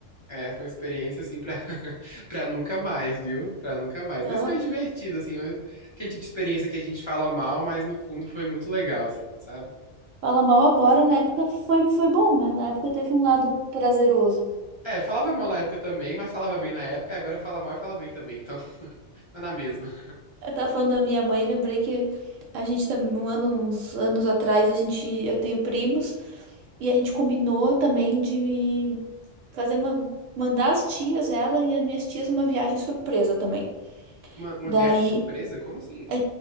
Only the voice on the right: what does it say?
Não.
Fala mal agora, na época foi, foi bom, né? Na época teve um lado prazeroso.
Eu tava falando da minha mãe, eu lembrei que a gente tá um ano, uns anos atrás, a gente, eu tenho primos e a gente combinou também de fazer uma mandar as tias, ela e as minhas tias uma viagem surpresa também.
Daí
a,